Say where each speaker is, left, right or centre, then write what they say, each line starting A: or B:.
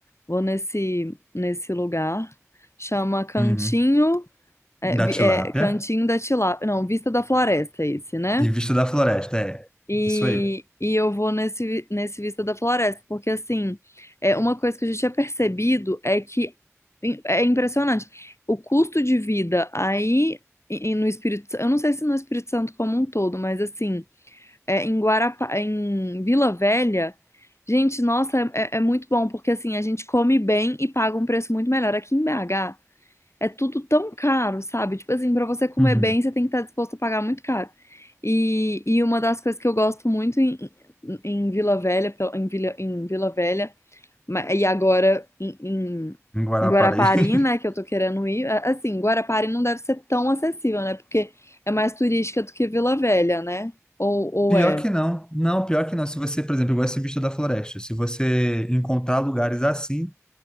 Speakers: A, on the left (about 60°); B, on the left (about 15°).
A: vou nesse, nesse lugar. Chama Cantinho,
B: uhum,
A: é,
B: da
A: vi-
B: tilápia
A: é, Cantinho da Tilápia. Não, Vista da Floresta, esse, né?
B: e vista da floresta, é,
A: E,
B: isso aí.
A: e eu vou nesse, nesse Vista da Floresta, porque assim, é uma coisa que a gente tinha percebido é que im- é impressionante. O custo de vida aí e- e no Espírito Santo, eu não sei se no Espírito Santo como um todo, mas assim é, em Guarapa, em Vila Velha. Gente, nossa, é, é é muito bom, porque assim, a gente come bem e paga um preço muito melhor. Aqui em BH é tudo tão caro, sabe? Tipo assim, pra você comer
B: Uhum.
A: bem, você tem que estar disposto a pagar muito caro. E, e uma das coisas que eu gosto muito em, em Vila Velha, pel- em Vila, em Vila Velha, ma- e agora em, em-
B: Em Guarapari.
A: em Guarapari,
B: <laughs>
A: né, que eu tô querendo ir. a- Assim, Guarapari não deve ser tão acessível, né? Porque é mais turística do que Vila Velha, né? Ou, ou
B: Pior
A: é?
B: que não. Não, pior que não. Se você, por exemplo, eu gosto de Bicho da Floresta. Se você encontrar lugares assim,